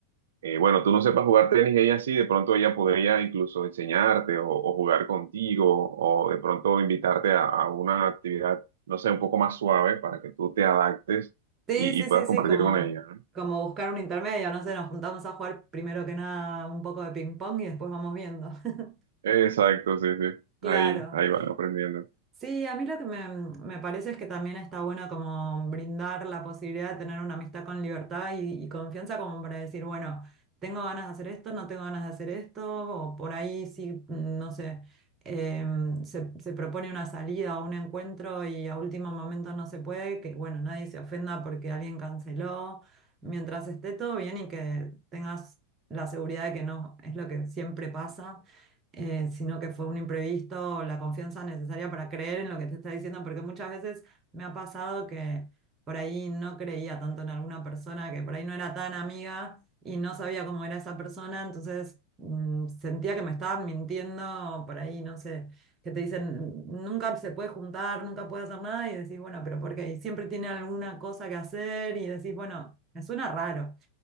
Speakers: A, on the right; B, on the right.
A: eh, bueno, tú no sepas jugar tenis y ella sí, de pronto ella podría incluso enseñarte o, o jugar contigo, o de pronto invitarte a, a una actividad, no sé, un poco más suave para que tú te adaptes
B: Sí,
A: y,
B: sí,
A: y puedas
B: sí, sí,
A: compartir
B: como,
A: con ella, ¿no?
B: como buscar un intermedio, no sé, nos juntamos a jugar primero que nada un poco de ping pong y después vamos viendo. <laughs>
A: Exacto, sí, sí.
B: Claro.
A: Ahí, ahí van aprendiendo.
B: Sí, a mí lo que me, me parece es que también está bueno como brindar la posibilidad de tener una amistad con libertad y, y confianza como para decir, bueno, tengo ganas de hacer esto, no tengo ganas de hacer esto, o por ahí sí, mm, no sé, em, se, se propone una salida o un encuentro y a último momento no se puede, que bueno, nadie se ofenda porque alguien canceló, mientras esté todo bien y que tengas la seguridad de que no es lo que siempre pasa eh, sino que fue un imprevisto, la confianza necesaria para creer en lo que te está diciendo, porque muchas veces me ha pasado que por ahí no creía tanto en alguna persona, que por ahí no era tan amiga y no sabía cómo era esa persona, entonces mm, sentía que me estaban mintiendo por ahí, no sé, que te dicen, nunca se puede juntar, nunca puede hacer nada y decís, bueno, pero ¿por qué? Y siempre tiene alguna cosa que hacer y decís, bueno, me suena raro.